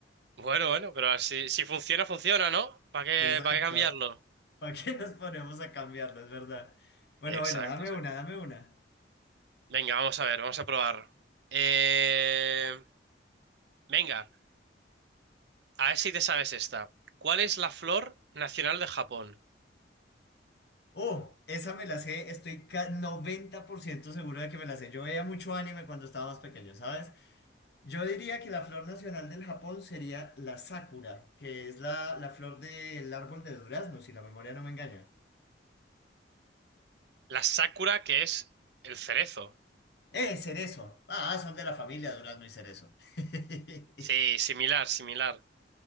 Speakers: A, on the right; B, on the left.
A: Bueno, bueno, pero si, si funciona, funciona, ¿no? ¿Para qué,
B: Exacto.
A: para qué cambiarlo?
B: ¿Para qué nos ponemos a cambiarlo? Es verdad. Bueno,
A: Exacto,
B: bueno, dame
A: exacto.
B: una, dame una.
A: Venga, vamos a ver, vamos a probar. Eh, Venga, a ver si te sabes esta. ¿Cuál es la flor nacional de Japón?
B: Oh, esa me la sé, estoy ca- 90% seguro de que me la sé. Yo veía mucho anime cuando estaba más pequeño, ¿sabes? Yo diría que la flor nacional del Japón sería la sakura, que es la, la flor del árbol de durazno, si la memoria no me engaña.
A: La sakura, que es el cerezo.
B: ¡Eh, cerezo! Ah, son de la familia durazno y cerezo. <laughs>
A: Sí, similar, similar.